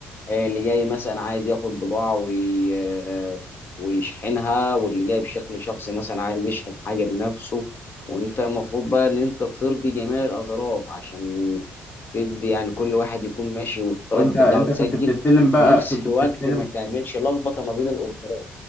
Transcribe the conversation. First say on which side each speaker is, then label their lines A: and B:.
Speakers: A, on the left; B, on the left.
A: آه، اللي جاي مثلا عايز ياخد بضاعة وي... آه، ويشحنها واللي جاي بشكل شخصي مثلا عايز يشحن حاجة لنفسه وانت المفروض بقى ان انت ترضي جميع الاطراف عشان تدي يعني كل واحد يكون ماشي والطلب
B: وانت انت
A: بتاعه تسجل
B: كنت بتستلم
A: وفي
B: بقى
A: نفس
B: كنت
A: الوقت
B: بتستلم
A: ما تعملش لخبطة ما بين الاوردرات